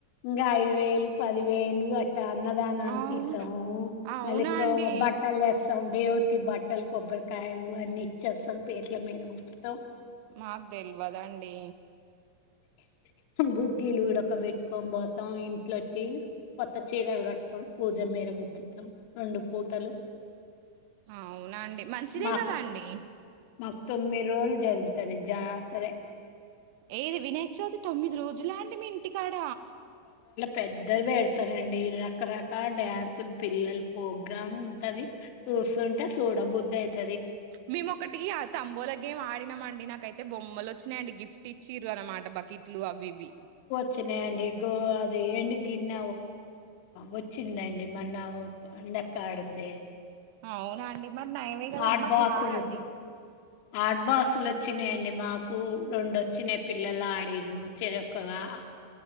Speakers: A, on the left; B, on the right.
A: ఇంకా ఐదు వేలు పది వేలు అన్నదానానికి
B: అవును
A: ఇస్తాం
B: అవునా
A: మళ్లీ
B: అండి
A: బట్టలుస్తాం దేవుడికి బట్టలు కొబ్బరికాయలు అన్నీ ఇచ్చేస్తాం పీటల మీద కూర్చుంటాం
B: మాకు తెలవదండి
A: గుగ్గిలుడొక పెట్టి కట్కొ పోతాం ఇంట్లోట్టి కొత్త చీరలు కట్టుకొని పూజ మీరర్ ప్రస్తుతం రెండు పూటలు
B: అవునా అండి మంచిదే
A: మాకు
B: కదా అండి
A: మాకు తొమ్మిది రోజులు జరుగుతది జాతరే
B: ఏది వినాయక చవితి తొమ్మిది రోజులు అండి మీ <unintelligible> కాడ
A: పెద్దలు పెడతారండి రకరకాల డ్యాన్సులు పిల్లలు ప్రోగ్రామ్ ఉంటది చూస్తుంటే చూడబుద్ధి అయితుంది
B: మేము ఒక్కటిక తంబోలా మేం ఆడినాంమండి నాకైతే బొమ్మలు వచ్చాయియండి గిఫ్ట్ ఇచ్చింద్రు అనమాట బకీ ఎట్లు అవి ఇవి
A: వచ్చినయండి గో అది ఎండు గిన్న వచ్చిందండి మన్న అండక్క ఆడితే
B: అవునా అండి మరి నయమే కదండి
A: ఆడ్
B: మాకు
A: బాసులు
B: ఇస్తారా అండి
A: హాట్ బాక్సులు వచ్చినాయండి మాకు కు రెండు వచ్చినా పిల్లలు ఆడరు చిరకుగా